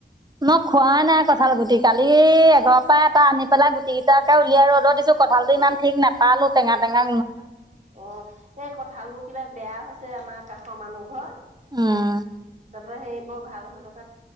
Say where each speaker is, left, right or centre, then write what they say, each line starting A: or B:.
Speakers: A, on the right; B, on the right.
A: মই খোৱাই নাই কঁঠাল গুটি। কালি এঘৰৰ পৰা এটা আনি পেলাই গুটি কেইটাকে উলিয়াই ৰ'দ ত দিছো, কঠালটো ইমান ঠিক নাপালো টেঙা টঙা।
B: অ' এই কঁঠালবোৰ কিবা বেয়া হৈছে আমাৰ কাষৰ মানুহ ঘৰ।
A: উম।
B: তাৰ পৰা সেই, বৰ ভাল হৈ থ